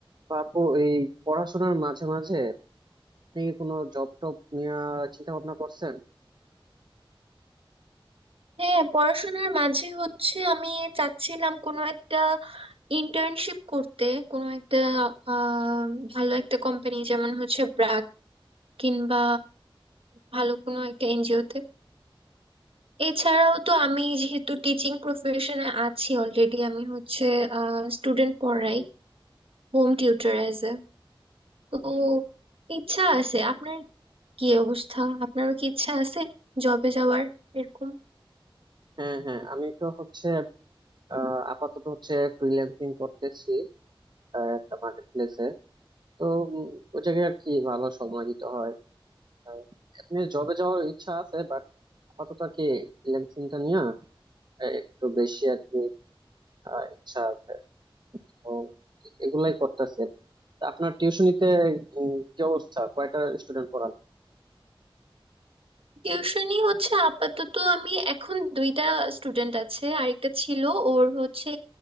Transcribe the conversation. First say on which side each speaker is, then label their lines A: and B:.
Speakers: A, on the right; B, on the right.
A: তো আপু এই পড়াশোনার মাঝে মাঝে আপনি কোনো জব টব নিয়ে চিন্তা ভাবনা করছেন
B: হ্যাঁ পড়াশোনার মাঝে হচ্ছে আমি চাচ্ছিলাম কোনো একটা ইন্টার্নশিপ করতে কোনো একটা আহ ভালো একটা কোম্পানি যেমন হচ্ছে ব্র্যাক কিংবা ভালো কোনো একটা এনজিওতে এছাড়াও তো আমি যেহেতু টিচিং প্রফেশনে আছি অলরেডি আমি হচ্ছে স্টুডেন্ট পড়াই হোম টিউটর অ্যাজ এ তো ইচ্ছা আছে আপনার কি অবস্থা আপনারও কি ইচ্ছা আছে জবে যাওয়ার এরকম
A: হ্যাঁ হ্যাঁ আমি তো হচ্ছে আহ, আপাতত হচ্ছে ফ্রিল্যান্সিং করতেছি আহ, একটা মার্কেট প্লেসে তো উম, ওই জায়গায় আর কি ভালো সময় দিতে হয় আহ, এমনি জবে যাওয়ার ইচ্ছা আছে বাট আপাতত আর কি ফ্রিল্যান্সিংটা নিয়ে আহ, একটু বেশি আর কি আহ, ইচ্ছা আছে তো এগুলাই করতেছি আর কি। তা আপনার টিউশনিতে কি অবস্থা কয়টা স্টুডেন্ট পড়ান
B: টিউশনি হচ্ছে আপাতত আমি এখন দুইটা স্টুডেন্ট আছে আরেকটা ছিল ওর হচ্ছে